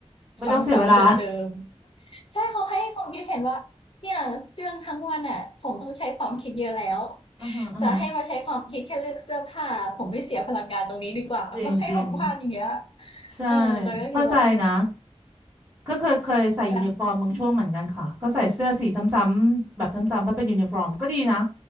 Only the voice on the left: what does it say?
ซ้ำๆเดิมๆใช่เขาให้ความคิดเห็นว่าเนี่ยเรื่องทั้งวันอะผมต้องใช้ความคิดเยอะแล้ว
จะให้มาใช้ความคิดแค่เลือกเสื้อผ้าผมไม่เสียพลังงานตรงนี้ดีกว่าเพราะให้ผมพลาดอย่างเงี้ย
เออจอยก็คิดว่าเออ
การอืม